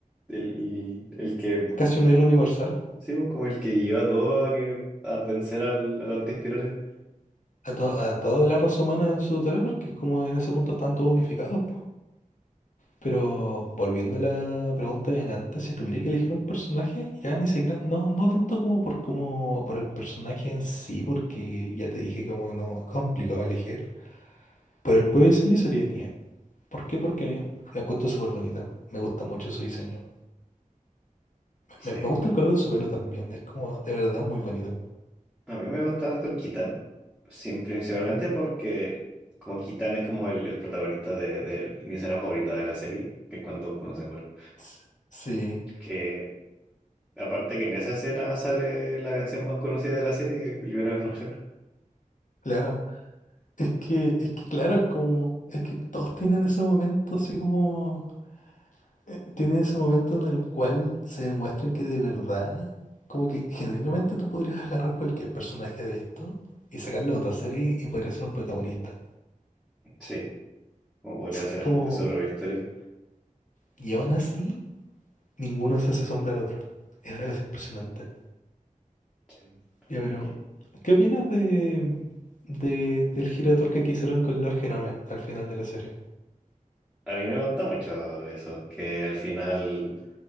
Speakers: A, in the centre; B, on the left.
A: el, el que,
B: casi un héroe universal.
A: sí, pues, como el que llevó a todo a, que, a vencer al, al antiespirales.
B: A, to- a toda la raza humana en su totalidad, porque es como en ese punto están todos unificados. Pero volviendo a la pregunta de antes, si tuviera que elegir un personaje, ya ni siquiera, no, no tanto como por como por el personaje en sí, porque ya te dije como no, es complicado elegir. Por el puro diseño sería Nia. ¿Por qué? Porque la encuentro súper bonita. Me gusta mucho su diseño.
A: Sí,
B: Me, me gusta el color de su pelo también. Es como, de verdad, muy bonito.
A: a mí me gusta harto Kitan. sin principalmente porque como Kitan es como el, el protagonista de, de mi escena favorita de la serie, que es cuando, cuando se muere.
B: S- Sí,
A: Que Aparte que en esa escena sale la canción más conocida de la serie, Libera de Frangel.
B: claro. Es que, es que claro, es como, es que todos tienen ese momento así como eh, tiene ese momento en el cual se demuestra que de verdad, como que genuinamente tú podrías agarrar cualquier personaje de esto y sacarlo a otra serie y podría ser un protagonista.
A: Sí, como podría
B: O sea,
A: ser
B: es como,
A: de su propia historia.
B: y aún así, ninguno se hace sombra al otro. Es una cosa impresionante.
A: Sí.
B: Ya, pero,
A: Y
B: ¿qué opinas de, de del giro de tuerca que hicieron con Lord Genome al final de la serie?
A: A mí me gusta mucho eso, que al final